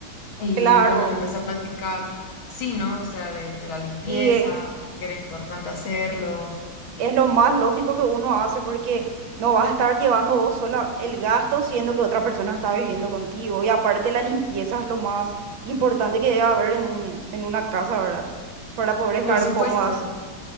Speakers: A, on the left; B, on the right.
A: Y
B: Claro.
A: bueno, le empecé a platicar, sí, ¿no? O sea, de, de la limpieza,
B: Sí,
A: que era importante hacerlo.
B: Es lo más lógico que uno hace porque no vas a estar llevando vos sola el gasto siendo que otra persona está viviendo contigo. Y aparte la limpieza es lo más importante que debe haber en un, en una casa, ¿verdad? Para poder estar
A: Por supuesto,
B: cómodas.